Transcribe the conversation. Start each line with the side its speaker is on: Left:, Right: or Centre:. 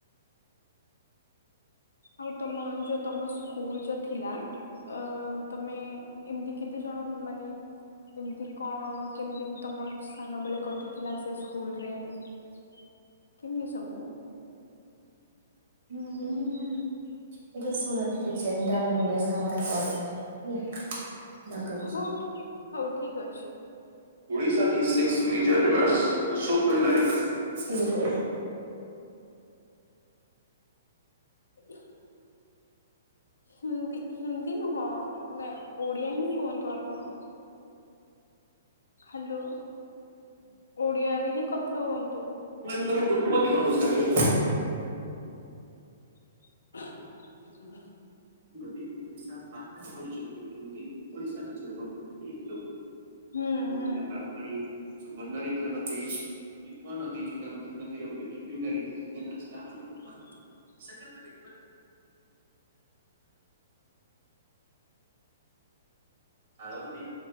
Left: ଆଉ ତମ ଯୋଉ ତମ ସ୍କୁଲ ଯୋଉ ଥିଲା ଅ ତମେ। ଏମିତି କେତେ ଜଣ ମାନେ ଏମିତି କଣ କେମିତି ତମ ସ୍ାନ ବେଳେ କଟିଥିଲା ସେ ସ୍କୁଲ ରେ କେମିତି ସବୁ।
Right: ହଁ ହଁ ଏଇଟା ଶୁଣିକ ଚନ୍ତାାମର ପ ହେଲା। ନ କରଉଛି।
Left: ହଉ ଠିକ ହଉ ଠିକ ଅଛି।
Right: ଉଡ଼ିଶା କି ସିକ୍ସ ମିଟର ରିୱର୍ସ ସୁପର୍ ନରେିକ।
Left: ଏ। ହିନ୍ଦୀ। ହିନ୍ଦୀ ହ ମ। ଓଡିଆ ହିଁ କୁହନ୍ତୁ ଆପଣ। ହ୍ୟାଲୋ ଓଡିଆରେ ହିଁ କଥା ହୁଅନ୍ତୁ।
Right: ର ଉତ୍ପତ୍ତି ଅନୁସାରୋର।
Left: ହ।
Right: ଓଡିଶା ପାଖରେ ପରିଚ କରୁଛନ୍ତି ଓଡିଶା ନିଜର ଲ।
Left: ହୁଁ। ହୁଁ
Right: ଯେଣି। ବନରେଖା ପ ଯଉଟା ମ ର।
Left: <inaudible>
Right: ସେିବାରେ ଅଳନ୍ଦୀ